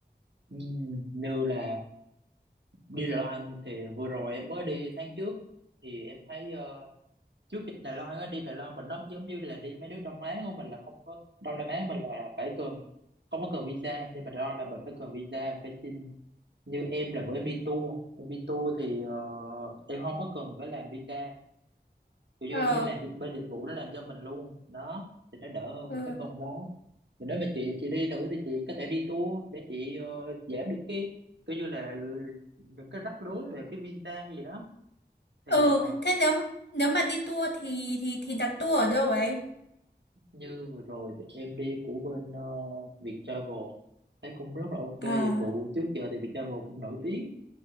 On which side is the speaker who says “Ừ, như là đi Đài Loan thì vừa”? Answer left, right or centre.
Right